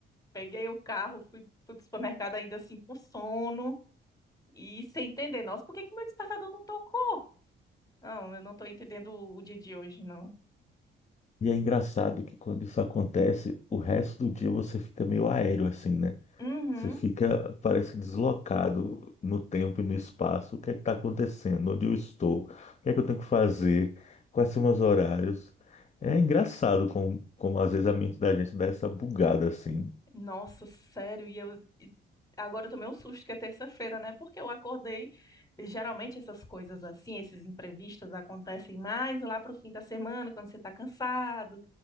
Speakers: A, on the left; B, on the left.
A: Peguei o carro, fui, fui pro supermercado ainda assim com sono e sem entender. Nossa, por que que meu despertador não tocou? Não, eu não tô entendendo o, o dia de hoje, não.
B: E é engraçado que quando isso acontece, o resto do dia você fica meio aéreo assim, né?
A: Uhum.
B: Você fica, parece que deslocado no tempo e no espaço. O que é que tá acontecendo? Onde eu estou? O que é que eu tenho que fazer? Quais são meus horários? É engraçado como, como às vezes a mente da gente dá essa bugada assim.
A: Nossa, sério. E eu e agora eu tomei um susto que é terça-feira, né? Porque eu acordei. e Geralmente essas coisas assim, esses imprevistos acontecem mais lá pro fim da semana, quando você tá cansado